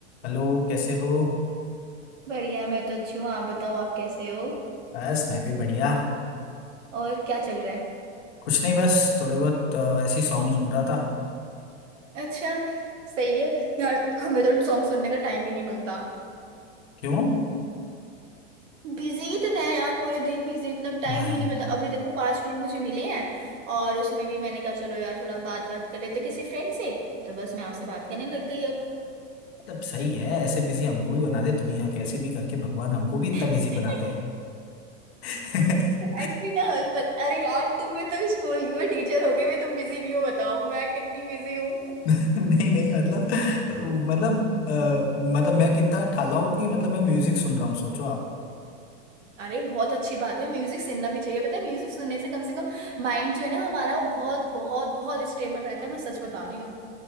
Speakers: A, on the left; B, on the right.
A: Hello कैसे हो
B: बढ़िया मैं तो अच्छी हूँ आप बताओ आप कैसे हो
A: बस मैं भी बढ़िया
B: और क्या चल रहा है
A: कुछ नहीं बस थोड़े बहुत अ, ऐसी सॉन्ग सुन रहा था
B: अच्छा सही है यार हमें तो सॉन्ग सुनने का टाइम ही नहीं मिलता
A: क्यों
B: बिजी इतने हैं यार पूरे दिन बिजी मतलब टाइम
A: भाई
B: ही नहीं मिलता अभी देखो पांच मिनट मुझे मिले हैं और उसमें भी मैंने कहा चलो यार थोड़ा बात बात कर लेते हैं किसी फ्रेंड से तो बस मैं आपसे बात करने लग गई अब
A: मतलब सही है ऐसे बिजी हमको भी बना दे दुनिया कैसे भी करके भगवान हमको भी
B: <laughs>
A: इतना बिजी बना दे <laughs>
B: एक्चुअली ना पर, अरे यार तुम भी तो स्कूल में टीचर हो गए भी तुम बिजी नहीं हो बताओ मैं कितनी बिजी हूँ
A: नहीं नहीं मतलब मतलब अ, मतलब मैं कितना ठाला हूँ कि मतलब मैं म्यूजिक सुन रहा हूँ सोचो
B: अरे बहुत अच्छी बात है म्यूजिक सुनना भी चाहिए पता है म्यूजिक सुनने से कम से कम माइंड जो है ना हमारा वो बहुत बहुत बहुत स्टेबल रहता है मैं सच बता रही हूँ